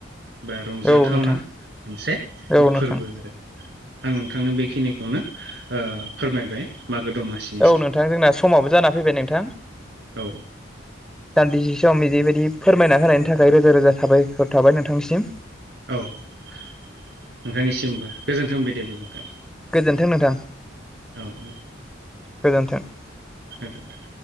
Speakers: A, on the right; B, in the centre.
A: बा रंजाथावना
B: औ नोंथां
A: मोनसे
B: औ नोंथां
A: फोरबो आरो आं नोंथांनो बेखिनिखौनो फोरमायबाय मागो दमासि
B: औ नोंथां जोंना समावबो जाना फैबाय नोंथां
A: औ
B: दान्दिसे सम बिदिबायदि फोरमायना होनायनि थाखाय रोजा रोजा साबायखर थाबाय नोंथांनिसिम
A: औ नोंथांनिसिमबो गोजोन्थों बिदिब्ला नोंथां।
B: गोजोन्थों नोंथां।
A: औ औ
B: गोजोन्थों
A: <unintelligible>